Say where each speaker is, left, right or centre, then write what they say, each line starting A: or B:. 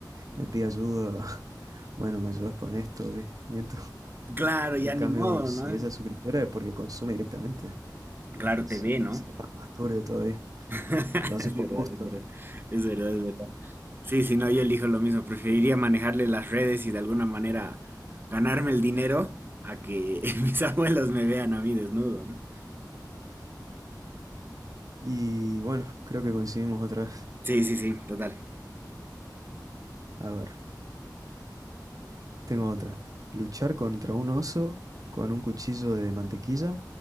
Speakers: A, on the right; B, on the right.
A: me pide ayuda. <laughs> Bueno, me ayudas con esto, eh, nieto.
B: Claro, ya
A: En
B: ni
A: cambio,
B: modo,
A: si
B: ¿no?
A: esa es suscriptora es porque consume directamente.
B: Claro,
A: Es,
B: te ve, ¿no?
A: sería más turbio todavía.
B: <laughs>
A: Lo hace
B: Es
A: por
B: verdad,
A: gusto.
B: es verdad, es verdad, es verdad. Sí, si no, yo elijo lo mismo. Preferiría manejarle las redes y de alguna manera ganarme el dinero a que <laughs> mis abuelos me vean a mí desnudo, ¿no?
A: Y bueno, creo que coincidimos otra vez.
B: Sí, sí, sí, total.
A: A ver, tengo otra. ¿Luchar contra un oso con un cuchillo de mantequilla